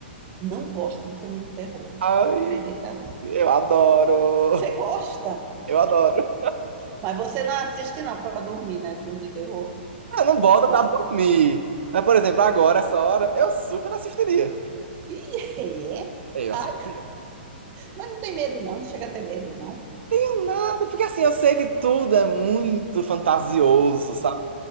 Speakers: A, on the right; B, on the right.
A: não gosto de filme de terror.
B: Ai,
A: Acredita? não.
B: eu adoro.
A: Você gosta,
B: Eu adoro.
A: mas você não assiste não para dormir, né? Filme de terror.
B: Eu não boto
A: Uau.
B: pra dormir. Mas, por exemplo, agora, essa hora, eu super assistiria.
A: Ih, é?
B: É, Eu
A: Ah,
B: assisto primeiro. Não
A: mas não tem medo não, não chega a ter medo não.
B: tenho nada, porque assim, eu sei que tudo é muito fantasioso, sabe?